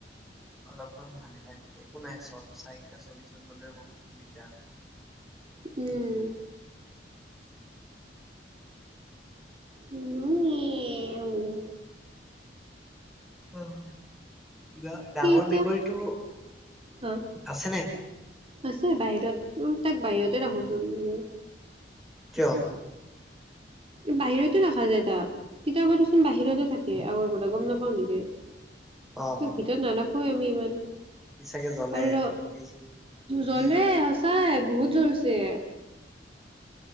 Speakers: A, in the centre; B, on the right.
A: অলপমান ভালে টাইম একো নাই চ চাৰিটা চল্লিশত গলে দিগদাৰ নাই।
B: উম, উম এ বোলে
A: কিবা ডাঙৰ
B: সিটো
A: মেকুৰীটো
B: হা
A: আছেনে।
B: আছে বাহিৰত তাক বাহিৰতে ৰাখোচোন জান।
A: কিয়?
B: বাহিৰতে ৰাখা যায় তাক কিতাপোচোন বাহিৰতে থাকে আগৰ পৰা গম নোপোৱা নেকি?
A: অ অ
B: তাক ভিতৰত নাৰাখো আমি। ইমান
A: সি চাগে জ্বলে
B: আৰু
A: এই যি-
B: জ্বলে
A: ই
B: সঁচাই বহুত। তোলছে